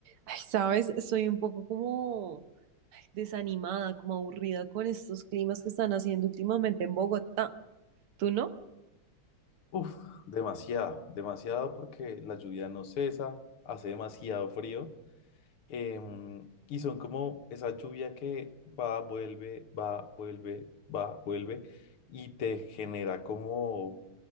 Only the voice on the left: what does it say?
Uf, demasiado, demasiado porque la lluvia no cesa, hace demasiado frío em, y son como esa lluvia que va, vuelve, va, vuelve, va, vuelve y te genera como